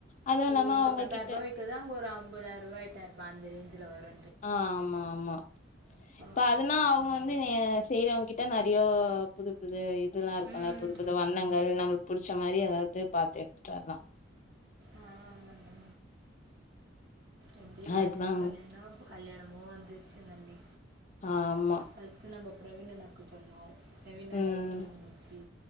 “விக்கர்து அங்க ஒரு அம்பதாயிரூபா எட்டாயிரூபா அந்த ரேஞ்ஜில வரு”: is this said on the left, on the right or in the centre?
Right